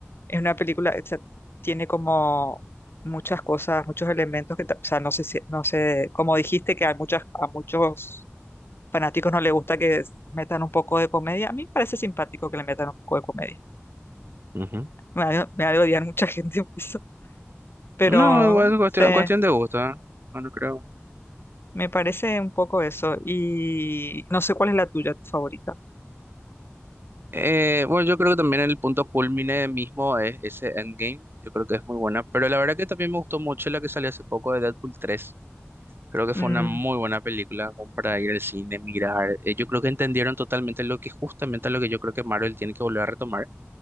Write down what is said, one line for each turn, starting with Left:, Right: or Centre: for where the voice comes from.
Left: es una película, o sea, tiene como muchas cosas, muchos elementos que, ta- o sea, no sé, si- no sé, como dijiste que a muchas, a muchos fanáticos no les gusta que s- metan un poco de comedia. A mí me parece simpático que le metan un poco de comedia.
Right: Ujú.
Left: Me ha de- me ha de odiar mucha <laughs> gente por eso, pero
Right: No, igual
Left: no
Right: es cuestión,
Left: sé.
Right: cuestión de gusto, ¿eh? No, no creo.
Left: Me parece un poco eso. Y no sé cuál es la tuya, tu favorita.
Right: Eh, bueno, yo creo que también el punto culmine mismo es ese Endgame. Yo creo que es muy buena. Pero la verdad que también me gustó mucho la que salió hace poco de Deadpool tres. Creo que fue
Left: Mm,
Right: una muy buena película como para ir al cine, mirar. Eh, yo creo que entendieron totalmente lo que justamente lo que yo creo que Marvel tiene que volver a retomar,